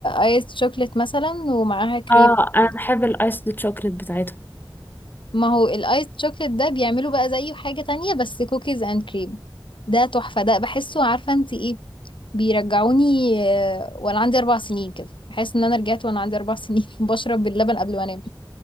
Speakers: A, on the left; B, on the left.
A: ايس شوكليت مثلا ومعاها كريم
B: اه انا
A: كده
B: بحب الايس الشوكليت بتاعتهم
A: ما هو الايس شوكليت ده بيعملوا بقى زيه حاجة تانية بس كوكيز اند كريم ده تحفة ده بحسه عارفة انت ايه بيرجعوني آه، وانا عندي اربع سنين كده بحس ان انا رجعت وانا عندي اربع سنين <laughs> بشرب اللبن قبل ما انام